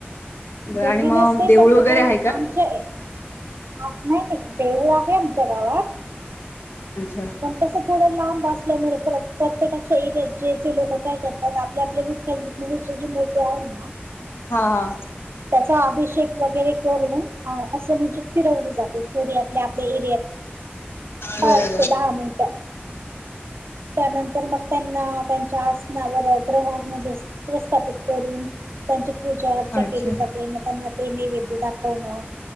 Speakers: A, on the left; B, on the right.
A: बरं
B: दिंडी
A: आणि मग
B: नसते
A: देऊळ
B: पण
A: वगैरे
B: मग
A: आहे का
B: आमच्या. नाही नाही देऊळ आहे आमच्या गावात.
A: अच्छा.
B: तस थोडं लांब असल्यामुळे प्रत्येकाच्या एरत जेथे लोक काय करतात आपल्या विठ्ठ मीनुस ज मळ तयार आहे ना.
A: हा, हा.
B: त्याचा अभिषेक वगैरे करून असं म्हणजे फिरवली जाते थोडी. आपल्या आपल्या एरियात पाच
A: बरोबर
B: ते दहा मिनिट. त्यानंतर मग त्यांना त्यांच्या आसनावर ग्रह म्हणजे अस. प्रस्थापित करून त्यांची पूजा अर्.
A: अच्छा
B: मग त्यांना ते नैवेद दाखवणं